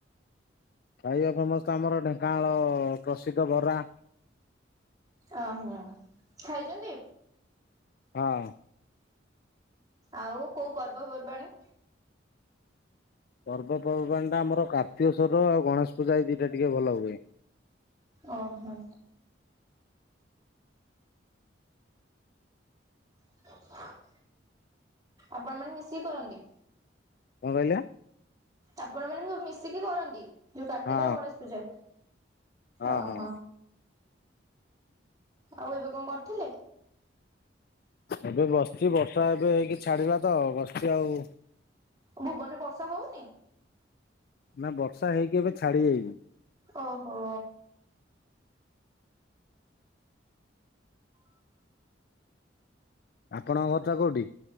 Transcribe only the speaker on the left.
ଖାଇବା ଫେମସ୍ ତ ଆମର ଢେଙ୍କାନାଳ ପ୍ରସିଦ୍ଧ ବରା।
ହଁ।
ପର୍ବପର୍ବାଣି ଟା ଆମର କାର୍ତିକସର ଆଉ ଗଣେଶ୍ ପୂଜା ଏଇ ଦିଇଟା ଟିକେ ଭଲ ହୁଏ।
କଂ କହିଲେ।
ହଁ
ହଁ
ହଁ
ଏବେ ବସ୍ଚି ବର୍ଷା ଏବେ ହେଇକି ଛାଡିଲା ତ ବସ୍ଚି ଆଉ
ନା ବର୍ଷା ହେଇକି ଏବେ ଛାଡି ଯାଇଚି।
ଆପଣଙ୍କ ଘର୍ଟା କୋଉଠି।